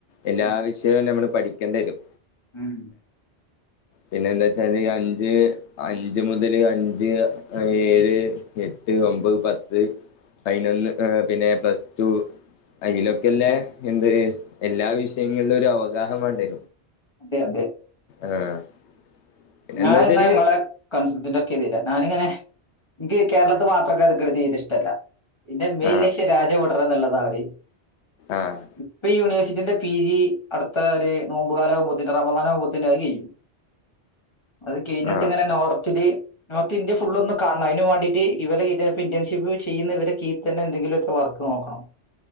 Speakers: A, on the left (about 85°); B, on the left (about 25°).
A: എല്ലാ
B: ഉം
A: വിഷയവും നമ്മള് പഠിക്കേണ്ടിരും.
B: ഉം
A: പിന്നെന്താച്ചാല് അഞ്ച് അഞ്ച് മുതൽ നാല് അഞ്ച് ഏഴ് എട്ട് ഒമ്പത് പത്ത് പയിനൊന്ന് പിന്നെ പ്ലസ് ടു അയിലൊക്കെല്ലേ എന്ത് എല്ലാ വിഷയങ്ങളിലും ഒരു അവഗാഹം വേണ്ടേ
B: അതെ അതെ
A: ആഹ് പിന്നെ
B: ഞാനെന്താങ്ങളെ
A: എന്താ വെച്ചാല്
B: കൺസെപ്റ്റിന്റെയൊക്കെയെതിരാ ഞാനിങ്ങനെനിക്ക് കേരളത്ത്ല് മാത്രമൊക്കെ കെടക്കണ ചെയ്തി ഇഷ്ടമല്ല. പിന്നെ മെയിൻ
A: ആഹ്
B: ലക്ഷ്യം രാജ്യം വിടണമെന്നുള്ളതാണ്.
A: ആഹ്
B: ഇപ്പ യൂണിവേഴ്സിറ്റിന്റെ പി ജി അടുത്ത ഒരു നോമ്പുകാലാവകുമ്പത്തെനും റമബനാനകുമ്പത്തേനും അത് കെയ്യും. അത് കഴിഞ്ഞിട്ടിങ്ങനെ
A: ആഹ്
B: നോർത്തില് നോർത്ത് ഇന്ത്യ ഫുൾ ഒന്ന് കാണണം അയിന് വേണ്ടിട്ട് ഇവരെ ഇന്ത്യൻഷിപ്പ് ചെയ്യുന്ന ഇവരെ നകീയില് എന്തെങ്കിലുമൊക്കെ വർക്ക് നോക്കണം.